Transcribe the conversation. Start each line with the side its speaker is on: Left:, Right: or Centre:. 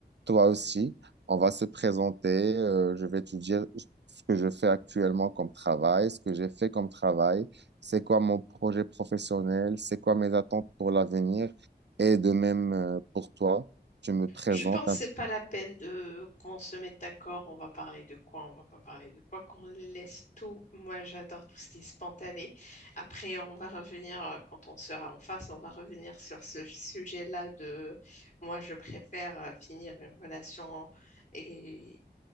Right: toi aussi, on va se présenter. euh, je vais te dire ce que je fais actuellement comme travail, ce que j'ai fait comme travail, c'est quoi mon projet professionnel, c'est quoi mes attentes pour l'avenir. Et de même, euh, pour toi, tu me présentes
Left: Je pense
Right: un
Left: que c'est pas la peine de qu'on se mette d'accord, on va parler de quoi, on va pas parler de quoi, qu'on laisse tout. Moi, j'adore tout ce qui est spontané. Après, on va revenir, euh, quand on sera en face, on va revenir sur ce sujet-là de moi, je préfère euh, finir une relation et